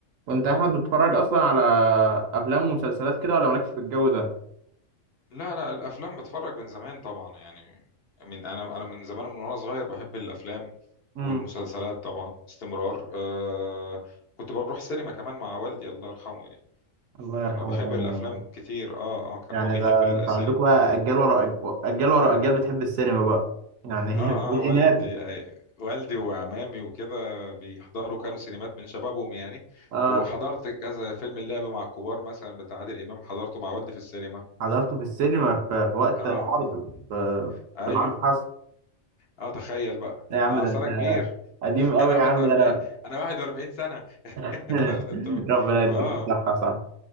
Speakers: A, on the right; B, on the left.
A: وانت يا احمد بتتفرج اصلا على افلام ومسلسلات كده ولا مالكش في الجو ده
B: لا لا الافلام بتفرج من زمان طبعا يعني من انا انا من زمان من وانا صغير بحب الافلام
A: امم
B: والمسلسلات طبعا استمرار آه كنت بروح سينما كمان مع والدي الله يرحمه يعني
A: الله يرحمه
B: فبحب
A: كان
B: الافلام كتير اه اه كان
A: يعني
B: هو بيحب
A: ده
B: السينما
A: انتوا عندكم بقى اجيال ورا أج- اجيال ورا اجيال بتحب السينما بقى يعني
B: اه
A: <laughs> دي
B: اه
A: جيناتك
B: والدي آه والدي وعمامي وكده بيحضروا كانوا سينمات من شبابهم يعني
A: اه
B: وحضرت كذا فيلم اللعب مع الكبار مثلا بتاع عادل امام حضرته مع والدي في السينما
A: حضرته في السينما في, في وقت
B: اه
A: عرضه
B: اه
A: ف-
B: ايوه
A: في العرض حصل
B: اه تخيل بقى
A: لا يا عم
B: اه
A: ده
B: أصل
A: انت
B: انا كبير
A: قديم
B: <laughs>
A: قوي
B: انا
A: يا عم
B: 41
A: ده انا
B: انا 41
A: <laughs>
B: سنه <laughs> انت
A: ربنا يديك
B: فاه
A: الصحة صح